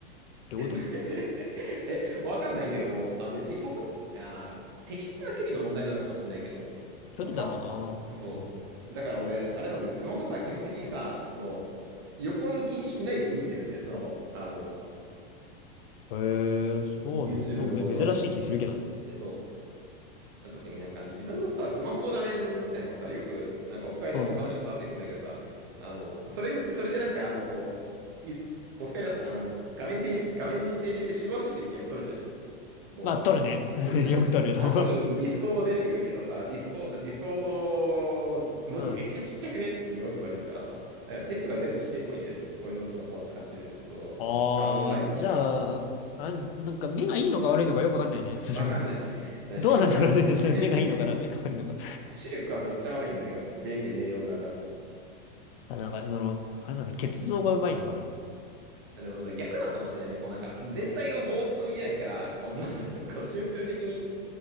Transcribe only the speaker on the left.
てこと
距離だろうな。
うん
へえ、そうなの。
め、珍しい気するけどね。
うん。
まあ、取るね。<laughs>
よく取ると思う。
うん。
ああ、
じゃあ、
あ、なんか目がいいのか悪いのかよくわかんないね。その、
どうなんだろうね。
それ目がいいのかな目が悪いのか。
ただなんか、その、あれなんだ、血像がうまいのかな